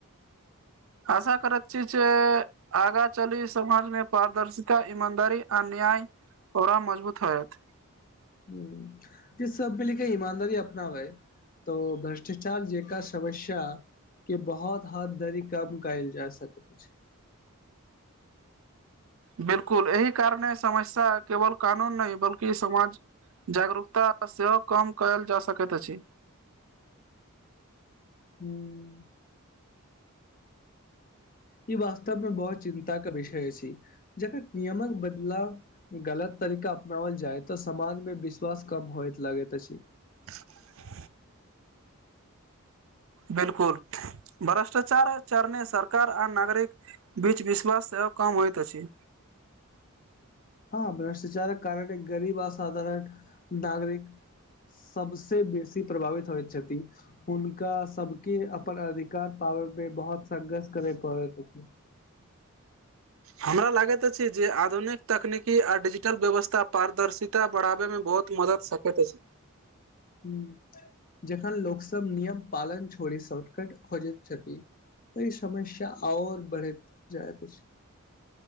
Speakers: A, on the right; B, on the left.
A: आशा करत छी जे आगाँ चली समाजमे पारदर्शिता ईमानदारी आ न्याय ओरा मजबूत होयत
B: ह जे सब मिलके ईमानदारी अपनाबए तऽ ओ भ्रष्टाचार जेका समस्या के बहुत हद धरी कम कएल जा सकत छै
A: बिलकुल एहि कारणे समस्या केवल कानून नहि बल्कि समाज जागरूकता पर सेहो काम कयल जा सकति अछि
B: हूं ई वास्तव मे बहुत चिन्ता क विषय अछि जकर नियमक बदलाव गलत तरीका अपनावल जाय तऽ समाज मे विश्वास कम होइत लगति अछि
A: <inaudible> बिलकुल भ्रष्टाचार आओर चरणे सरकार आर नागरिक बीच विश्वास सेहो कम होइत अछि
B: हँ भ्रष्टाचारक कारणे गरीब असाधारण नागरिक सबसे बेसी प्रभावित होइत छथि हुनका सबके अपन अधिकार पाबै मे बहुत संघर्ष करय पड़ति अछि
A: हमरा लागति अछि जे आधुनिक तकनीकी आ डिजिटल व्यवस्था पारदर्शिता बढ़ाबे मे बहुत मदद सकैत अछि
B: हूं जखन लोक सब नियम पालन छोड़ि शॉर्टकट खोजति छथि तऽ इ समस्या आओर बढ़ति जायत अछि